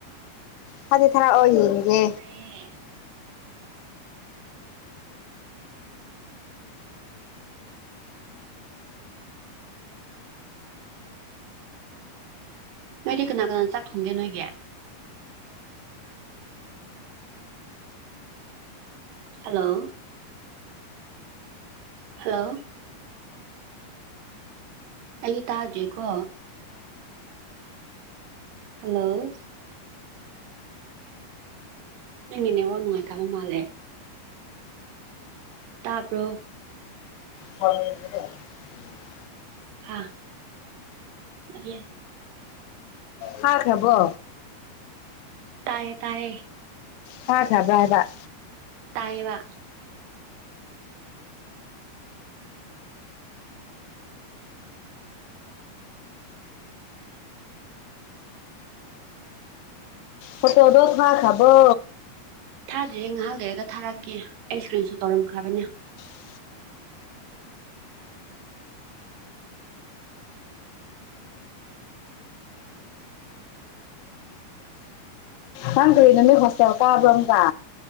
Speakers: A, on the left; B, on the right.
A: ꯊꯥꯗꯤ ꯊꯔꯛꯑꯣ ꯌꯦꯡꯒꯦ
B: ꯑꯦ ꯅꯣꯏꯗꯤ ꯀꯅꯥ ꯀꯅꯥ ꯆꯥꯛ ꯊꯣꯡꯒꯦ ꯅꯣꯏꯒꯤ ꯍꯜꯂꯣ ꯍꯜꯂꯣ ꯑꯩꯗꯤ ꯇꯥꯗ꯭ꯔꯤꯀꯣ ꯍꯜꯂꯣ ꯅꯪꯒꯤ ꯅꯦꯠꯋꯥꯛ ꯅꯨꯡꯉꯥꯏꯇꯕ ꯃꯥꯜꯂꯦ ꯇꯥꯕ꯭ꯔꯣ
A: ꯍ <inaudible>
B: ꯍꯥ ꯂꯩꯌꯦ
A: ꯊꯥꯈ꯭ꯔꯕꯣ
B: ꯇꯥꯌꯦ ꯇꯥꯥꯏꯌꯦ
A: ꯊꯥꯈꯕ꯭ꯔ ꯍꯥꯏꯕ
B: ꯇꯥꯏꯌꯦꯕꯥ
A: ꯐꯣꯇꯣꯗꯣ ꯊꯥꯈꯔꯥꯕꯣ
B: ꯊꯥꯗ꯭ꯔꯤꯌꯦ ꯉꯥꯏꯍꯥꯛ ꯂꯩꯔꯒ ꯊꯥꯔꯛꯀꯦ ꯑꯩ ꯏꯁꯀ꯭ꯔꯤꯟꯁꯨ ꯇꯧꯔꯝꯈ꯭ꯔꯕꯅꯦ
A: ꯑꯝ <unintelligible> ꯅꯪ ꯀꯔꯤ ꯅꯨꯃꯤꯠꯇ ꯍꯣꯁꯇꯦꯜ ꯀꯥꯕꯔꯣ ꯑꯃꯨꯛꯀ